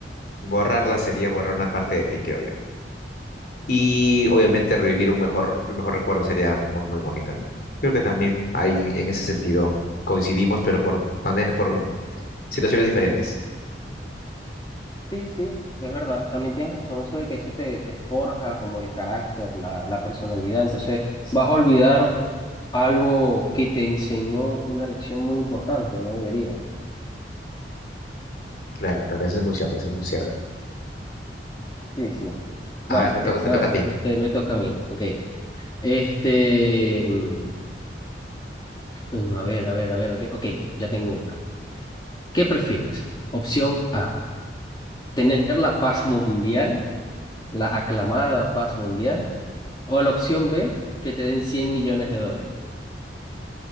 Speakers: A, on the left; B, on the left.
A: Borrarla sería borrar una parte de ti, creo yo. Y obviamente revivir un mejor, el mejor recuerdo sería muy, muy bonito, ¿no? Creo que también ahí en ese sentido coincidimos, pero por, maner- por situaciones diferentes.
B: Sí, sí, es verdad. También tienes razón eso de que eso te, te forja como el carácter, la, la personalidad. Entonces vas a olvidar algo que te enseñó una lección muy importante, no deberías.
A: Claro, claro, eso es muy cierto, eso es muy cierto.
B: Sí, sí. Bueno,
A: A ver, te
B: ok,
A: toca, te
B: a
A: toca
B: ver,
A: a ti.
B: este me toca a mí. Ok. Este, mm, a ver, a ver, a ver, ok, ok, ya tengo una. ¿Qué prefieres? Opción A, tener la paz mundial, la aclamada paz mundial, o la opción B, que te den 100 millones de dólares.